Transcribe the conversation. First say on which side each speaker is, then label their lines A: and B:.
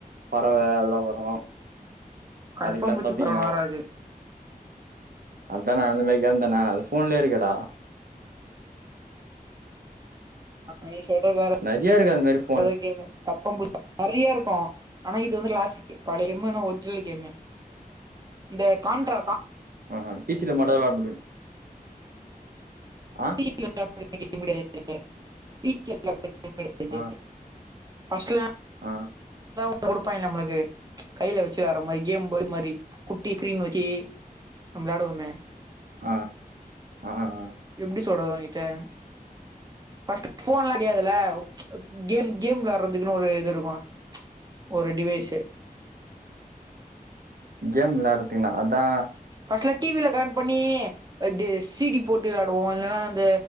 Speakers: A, on the right; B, on the right.
A: பறவே அதெலா வரு
B: கரப்பா
A: அதுக்கெல்லா
B: பூச்சி
A: தப்பிக்கணு
B: பறவலா வராது
A: அத்தான அந்த மாரி கேம்தானா அது ஃபோன்லியே இருகேடா
B: அப்ப நீ சொல்றது வேற
A: நெறைய இருக்கு அந்த மாரிப்
B: <unintelligible> கேமு கரப்பா பூ நெறைய இருக்கு ஆனா இது வந்து கிளாசிக்கு பழையம்மு ஆனா ஒரிஜினல் கேமு இந்த கான்ட்ரா கான்
A: அ ஆ பி சி ரிமோட்டதா விளாட் முடியு ஆ
B: <unintelligible>
A: ஆ
B: ஃபஸ்ட்டுலா
A: ஆ
B: தா குடுப்பாய்ங்க நம்ளுக்கு கைல வெச்சு வேற மாரி கேம்பு இது மாரி குட்டி கிரீன் வெக்கி நம் விளாடுவ்மே
A: ஆ ஆ ஆ
B: எப்டி சொல்றது ஓ கிட்ட ஃபஸ்ட்டு ஃபோன்லா கெடையாதுல கேம் கேம் விளாறதுகுனு ஒரு இது இருகு ஒரு டிவைஸு
A: கேம் விளாறதுகுனா அதா
B: ஃபஸ்ட்லா டி வில கனெக்ட் பண்ணி டு சி டி போட்டு விளாடுவோ இல்லனா இந்த